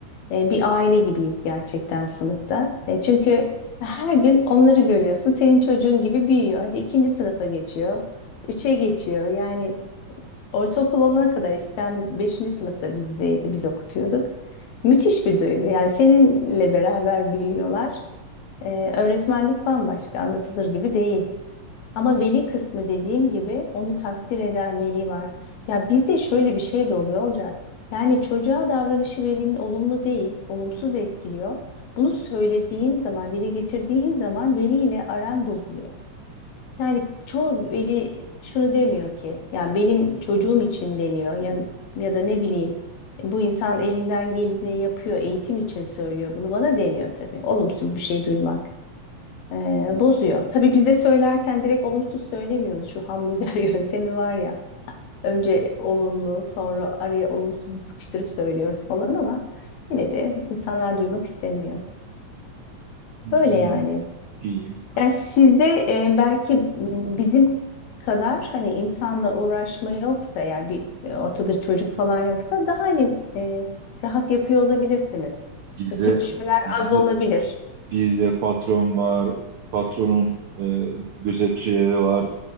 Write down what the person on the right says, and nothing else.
İyi,
iyiyim.
Bizde,
bizde,
bizde patron var, patronun e, gözetçileri var.